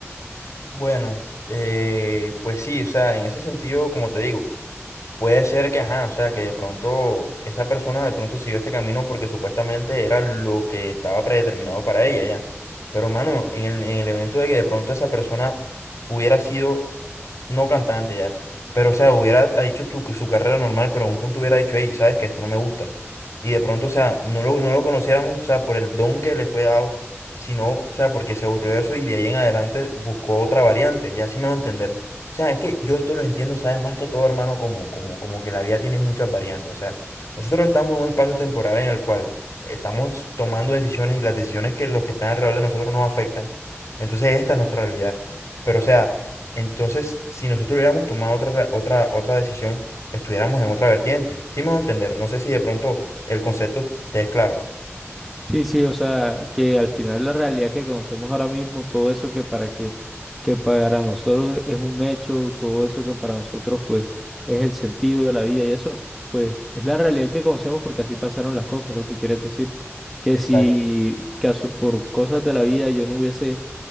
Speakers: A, on the left; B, in the centre.
A: Bueno, eh, pues sí, o sea, en ese sentido, como te digo, puede ser que, ajá, o sea, que de pronto esa persona de pronto siguió ese camino porque supuestamente era lo que estaba predeterminado para ella, ya. Pero, mano, en el, en el evento de que de pronto esa persona hubiera sido no cantante ya. Pero, o sea, hubiera ha dicho tu- su carrera normal, pero a un punto hubiera dicho, hey, sabes que esto no me gusta. Y de pronto, o sea, no lo, no lo conociéramos, o sea, por el don que le fue dado, sino, o sea, porque se aburrió de eso y de ahí en adelante buscó otra variante, y así me va a entender. O sea, es que yo esto lo entiendo, sabes, más que todo, hermano, como, como, como que la vida tiene muchas variantes. O sea, nosotros estamos en un espacio temporal en el cual estamos tomando decisiones y las decisiones que los que están alrededor de nosotros nos afectan. Entonces, esta es nuestra realidad. Pero, o sea, entonces, si nosotros hubiéramos tomado otra, ra- otra, otra decisión, estuviéramos en otra vertiente. Sí me voy a entender. No sé si de pronto el concepto te es claro.
B: Sí, sí, o sea, que al final la realidad que conocemos ahora mismo, todo eso que para que, que para nosotros es un hecho, todo eso que para nosotros pues es el sentido de la vida y eso, pues es la realidad que conocemos porque así pasaron las cosas, lo que quieres decir, que
A: Exacto.
B: si caso, por cosas de la vida yo no hubiese,